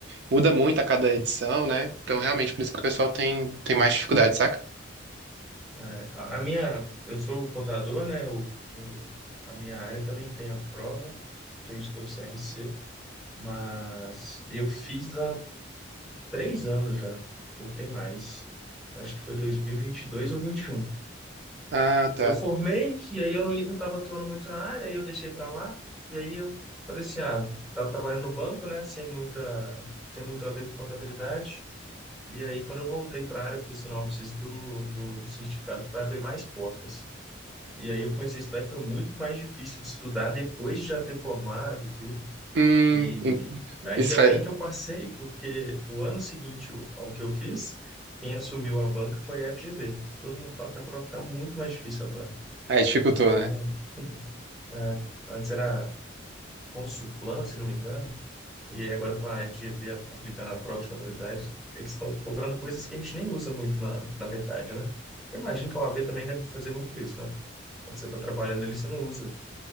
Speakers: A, on the right; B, in the centre.
A: Muda muito a cada edição, né? Então, realmente, por isso que o pessoal tem, tem mais dificuldade, saca?
B: É, a a minha, eu sou contador, né? O, o- a minha área também tem a prova, tem que ter o CRC, mas eu fiz há três anos já, ou tem mais. Acho que foi dois mil e e vinte e dois ou vinte e um
A: Ah, tá.
B: Eu formei, e aí eu não, não estava atuando muito na área, aí eu deixei para lá. E aí eu falei assim, ah, estava trabalhando no banco, né, sem muita, sem muito a ver com contabilidade. E aí quando eu voltei para a área, eu falei assim, não, eu preciso do, do, do certificado para abrir mais portas. E aí eu comecei a estudar e foi muito mais difícil estudar depois de já ter formado e tudo.
A: Hum,
B: E
A: hum,
B: ainda
A: isso faz...
B: bem que eu passei, porque o ano seguinte ao ao que eu fiz, quem assumiu a banca foi a FGV. Todo mundo fala que a prova está muito mais difícil agora.
A: Aí dificultou,
B: Então,
A: né?
B: é, antes era Consulplan, se não me engano, e aí agora com a FGV a- aplicando a prova de contabilidade, eles estão cobrando coisas que a gente nem usa muito na, na verdade, né? Eu imagino que a OAB também deve fazer muito isso, né? Quando você está trabalhando ali, você não usa